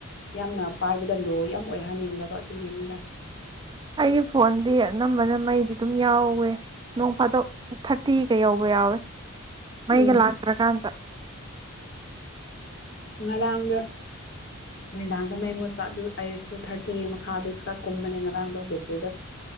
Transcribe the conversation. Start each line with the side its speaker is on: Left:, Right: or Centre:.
Left: ꯌꯥꯝꯅ ꯄꯥꯏꯕꯗ ꯂꯣ ꯌꯥꯝ ꯑꯣꯏꯍꯟꯅꯤꯡꯗꯕ ꯑꯗꯨꯒꯤꯅꯤꯅ
Right: ꯑꯩꯒꯤ ꯐꯣꯟꯗꯤ ꯑꯅꯝꯕꯅ ꯃꯩꯗꯤ ꯑꯗꯨꯝ ꯌꯥꯎꯋꯦ ꯅꯣꯡ ꯐꯥꯗꯣꯛ ꯊꯥꯔꯇꯤꯒ ꯌꯎꯧꯕ ꯌꯥꯎꯋꯦ ꯃꯩꯒ
Left: ꯎꯝ
Right: ꯂꯥꯛꯇ꯭ꯔꯀꯥꯟꯗ
Left: ꯉꯔꯥꯡꯗ ꯅꯨꯡꯗꯥꯡꯗ ꯃꯩ ꯃꯨꯠꯄ ꯑꯗꯨ ꯑꯩꯁꯨ ꯊꯥꯔꯇꯤ ꯃꯈꯥꯗꯤ ꯈꯔ ꯀꯨꯝꯕꯅꯦ ꯉꯔꯥꯡꯗꯣ ꯕꯦꯇ꯭ꯔꯤꯗꯣ